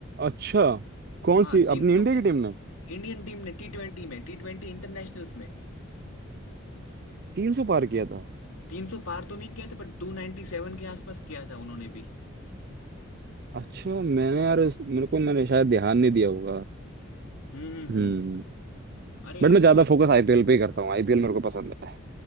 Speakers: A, on the right (about 45°); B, on the left (about 90°).
A: अच्छा कौन
B: हाँ
A: सी
B: 300
A: अपनी इंडिया
B: के
A: की टीम ने
B: इंडियन टीम ने टी ट्वेंटी में टी ट्वेंटी इंटरनेशनल्स में
A: तीन सौ पार किया था
B: 300 पार तो नहीं किया था पर 297 के आसपास किया था उन्होंने भी
A: अच्छा मैंने यार इस- मेरे को मैंने शायद ध्यान नहीं दिया होगा
B: हम्म हम्म
A: हम्म
B: हम्म। अरे
A: बट मैं ज्यादा
B: वो
A: फोकस आईपीएल पे ही करता हूँ आईपीएल मेरे को पसंद है